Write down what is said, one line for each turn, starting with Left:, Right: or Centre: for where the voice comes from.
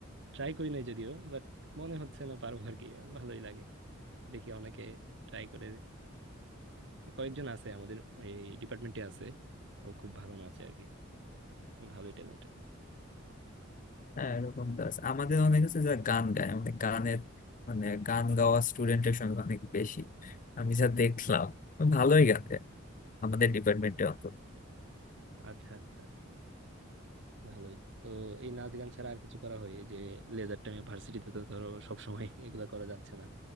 Right: ট্রাই করি নাই যদিও বাট মনে হচ্ছে না পারবো আর কি ভালোই লাগে দেখি অনেকে ট্রাই করে কয়েকজন আছে আমাদের এই ডিপার্টমেন্টে আছে ও খুব ভালো নাচে আর কি ভালোই ট্যালেন্টেড
Left: হ্যাঁ এরকম তো আছে। আমাদের অনেক আছে যারা গান গায় মানে গানের মানে গান গাওয়া স্টুডেন্টের সংখ্যা অনেক বেশি আমি যা দেখলাম ভালোই গান গায় আমাদের ডিপার্টমেন্টে অত
Right: আচ্ছা আচ্ছা ভালোই তো এই নাচ গান ছাড়া আর কিছু করা হয় এই যে লেজার টাইমে ভার্সিটিতে তো ধরো সবসময় <laughs> এগুলা করা যাচ্ছে না